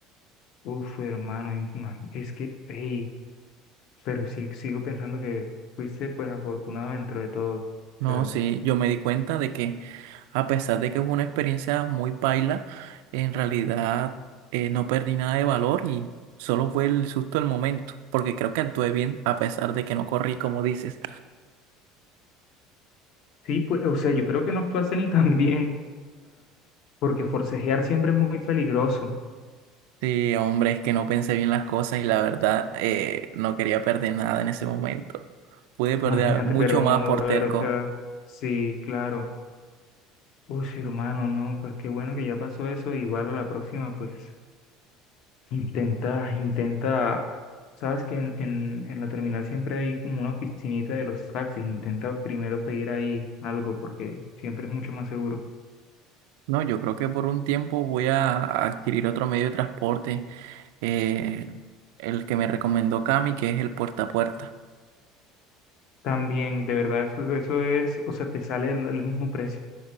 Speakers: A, on the left; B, on the right.
A: Uf, hermano, y ma- es que, hey, pero sí, sigo pensando que fuiste pues afortunado dentro de todo. O
B: No,
A: sea,
B: sí, yo me di cuenta de que a pesar de que fue una experiencia muy paila, en realidad eh, no perdí nada de valor y solo fue el susto del momento, porque creo que actué bien a pesar de que no corrí como dices.
A: sí, pues, o sea, yo creo que no actuaste ni tan <laughs> bien, porque forcejear siempre es muy peligroso.
B: Sí, hombre, es que no pensé bien las cosas y la verdad eh, no quería perder nada en ese momento. Pude perder
A: Imagínate,
B: mucho
A: pero no,
B: más por
A: brother,
B: terco.
A: o sea, sí, claro. Uf, hermano, no, pues qué bueno que ya pasó eso. Igual a la próxima, pues, intenta, intenta, sabes que en, en, en la terminal siempre hay como una oficinita de los taxis. Intenta primero pedir ahí algo, porque siempre es mucho más seguro.
B: No, yo creo que por un tiempo voy a adquirir otro medio de transporte, eh, el que me recomendó Cami, que es el puerta a puerta.
A: También, de verdad, eso, eso es, o sea, te sale el, el mismo precio,